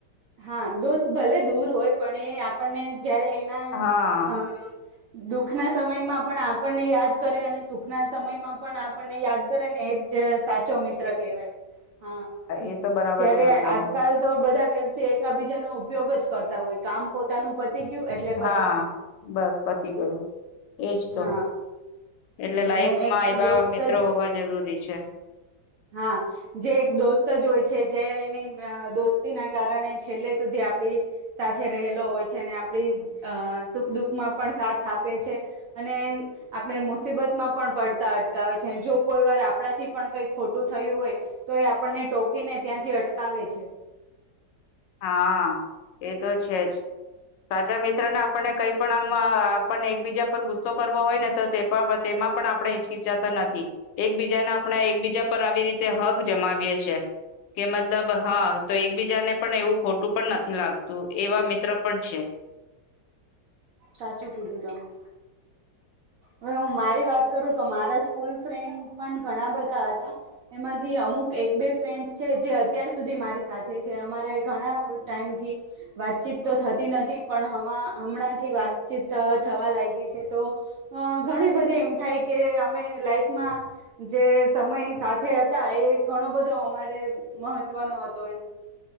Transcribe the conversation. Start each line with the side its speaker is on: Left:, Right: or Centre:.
Right: હા દોસ્ત ભલે દૂર હોય પણ એ આપણને જયારે એના
Left: હા
Right: અ દુઃખના સમયમાં પણ આપણને યાદ કરે અને સુખના સમયમાં પણ આપણને યાદ કરે ને એજ સાચો મિ મિત્ર કહેવાય હા
Left: એ તો બરાબર
Right: જયારે
Left: કેવો તમે
Right: આજકાલ તો બધા વ્ય બીજા નો ઉપયોગ જ કરતા હોય કામ પોતાનું ગયું એટલે પતી
Left: હા
Right: ગયું
Left: બસ પતી ગયું એજ તો
Right: હા
Left: એટલે
Right: અને
Left: લાઈફમાં
Right: એક
Left: એવા
Right: દોસ્ત
Left: મિત્રો
Right: જ
Left: હોવા જરૂરી છે
Right: હા જે એક દોસ્ત જ હોય છે જે એની દોસ્તીના કારણે છેલ્લે સુધી આપડી સાથે રહેલો હોય છે અને આપડી અ સુખ દુઃખમાં પણ સાથ આપે છે અને આપણે મુસીબતમાં પણ પડતા અટકાવે છે જો કોઈ વાર આપણાથી પણ કઈક ખોટું થયું હોય તો એ આપણને ટોકીને ત્યાંથી અટકાવે છે
Left: હા એ તો છે જ સાચા મિત્ર ને આપણને કઈ પણ આમ આપને એકબીજા પર ગુસ્સો કરવો હોય ને તો તેમાં પણ આપણે હિચિહી ચકાતા નથી એકબીજાને આપણે એકબીજા પર આવી રીતે હક જમાવીએ છેએ કે મતલબ હા તો એક એકબીજા ને પણ એવું ખોટું પણ નથી લાગતું એવા મિત્ર પણ છે
Right: સાચું કીધું તમે હવે હું મારી વાત કરું તો મારા સ્કૂલ ફ્રેન્ડ પણ ઘણા બધા હતા એમાંથી અમુક એક બે ફ્રેન્ડ્સ છે જે અત્યાર સુધી મારી સાથે છે અમારે ઘણા ટાઈમથી વાતચીત તો થતી નથી પણ હમણાંથી વાતચીત થવા લાગી છે તો ઘણી બધી એમ થાય કે અમે લાઈફમાં જે સમય સાથે હતા એ ઘણો બધો અમારે મહત્વનો હતો એમ